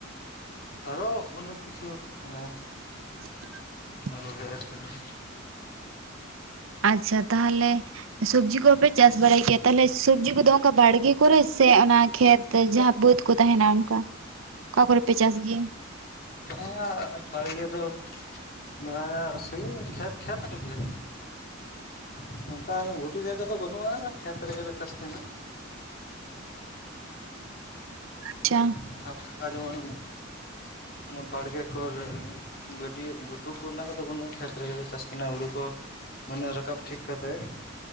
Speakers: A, on the left (about 50°); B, on the right (about 80°).
A: <inaudible> ᱟᱨᱚ ᱚᱱᱮᱠ ᱠᱤᱪᱷᱩ ᱢᱮᱱᱟᱜᱼᱟ
B: <inaudible>
A: ᱚᱱᱟ ᱠᱚᱜᱮ ᱮᱨ ᱛᱟᱦᱮᱱ
B: ᱟᱪᱪᱷᱟ ᱛᱟᱦᱚᱞᱮ ᱥᱚᱵᱡᱤ ᱠᱚᱦᱚ ᱯᱮ ᱪᱟᱥ ᱵᱟᱲᱟᱭ ᱜᱮᱭᱟ ᱛᱟᱦᱚᱞᱮ ᱥᱚᱵᱡᱤ ᱠᱚᱫᱚ ᱚᱱᱠᱟ ᱵᱟᱲᱜᱮ ᱠᱚᱨᱮ ᱥᱮ ᱚᱱᱟ ᱠᱷᱮᱛ ᱛᱟᱹ ᱡᱟᱦᱟᱸ ᱵᱟᱹᱫᱽ ᱠᱚ ᱛᱟᱦᱮᱱᱟ ᱚᱱᱠᱟ <inaudible> ᱚᱠᱟ ᱠᱚᱨᱮ ᱯᱮ ᱪᱟᱥ ᱜᱮᱭᱟ
A: ᱵᱟᱝᱟ ᱵᱟᱲᱜᱮ ᱫᱚ ᱵᱟᱝᱟ <unintelligible> ᱠᱷᱮᱛ ᱠᱷᱮᱛ ᱨᱮᱜᱮ <inaudible> ᱱᱚᱝᱠᱟ ᱜᱷᱩᱴᱩ ᱡᱟᱭᱜᱟ ᱫᱚ ᱵᱟᱹᱱᱩᱜᱼᱟ ᱠᱷᱮᱛ ᱨᱮᱜᱮ ᱞᱮ ᱪᱟᱥ ᱛᱟᱦᱮᱱᱟ
B: ᱟᱪᱪᱷᱟ
A: ᱚᱱᱠᱟ ᱯᱷᱟᱸᱠᱟ ᱡᱮᱢᱚᱱ <unintelligible> ᱵᱟᱲᱜᱮ ᱠᱚᱨᱮ ᱜᱟᱹᱰᱤᱭᱟᱹᱜ ᱜᱷᱩ ᱴᱩ ᱠᱚ ᱚᱱᱟ ᱠᱚᱫᱚ ᱵᱟᱹᱱᱩᱜᱼᱟ ᱠᱷᱮᱛ ᱨᱮᱜᱮ ᱞᱮ ᱪᱟᱥ ᱛᱟᱦᱮᱱᱟ ᱦᱩᱲᱩ ᱠᱚ ᱢᱟᱱᱮ ᱨᱟᱠᱟᱵ ᱴᱷᱤᱠ ᱠᱟᱛᱮᱫ